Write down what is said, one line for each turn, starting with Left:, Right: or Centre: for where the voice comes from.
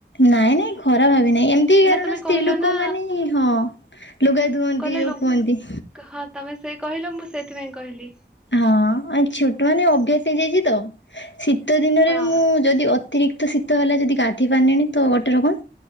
Left: ନାଇଁ ନାଇଁ ଖରାପ ଭା ନାଁ ଏମିତି କାରଣ
Centre: ନା ତମେ
Left: ସ୍ତ୍ରୀ
Centre: କହିଲ
Left: ଲୋକ
Centre: ନା
Left: ମାନେ ହିଁ ହଁ ଲୁଗା ଧୁଅନ୍ତି
Centre: କହିଲ
Left: ଯଉ
Centre: ଲୁ
Left: କୁହନ୍ତି।
Centre: ହଁ ତମେ ସେ କହିଲ ମୁଁ ସେଥିପାଇଁ କହିଲି
Left: ହଁ ଆଉ ଛୋଟ ମାନେ ଅଭ୍ୟାସ ହେଇଯାଇଛି। ତ ଶୀତ ଦିନରେ
Centre: ହଁ
Left: ବି ମୁଁ ଯଦି ଅତିରିକ୍ତ ଶୀ ତ ହେଲା ଯଦି ଗାଥିି ପନ୍ଣି ତ ଗୋଟେ ରକମ।